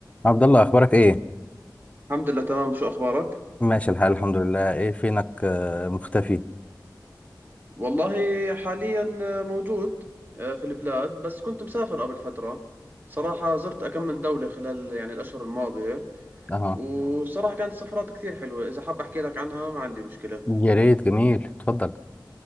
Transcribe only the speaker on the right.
الحمد لله تمام شو أخبارك؟
والله حاليا موجود آه، في البلاد بس كنت مسافر قبل فترة صراحة زرت أكم من دولة خلال يعني الأشهر الماضية
وصراحة كانت سفرات كثير حلوة إذا حاب أحكي لك عنها ما عندي مشكلة